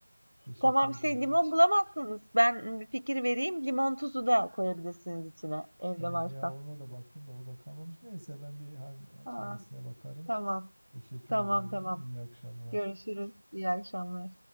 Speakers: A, on the right; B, on the right.
A: Teşekkür
B: Tamam
A: ediyorum.
B: şey limon bulamazsanız ben bir fikir vereyim limon tuzu da koyabilirsiniz içine evde
A: Tamam
B: varsa.
A: ya ona da baktım da o da kalmamış. Neyse ben bir hal
B: Ha,
A: çaresine bakarım.
B: tamam
A: Teşekkür
B: tamam
A: ediyorum.
B: tamam
A: İyi akşamlar.
B: görüşürüz iyi akşamlar.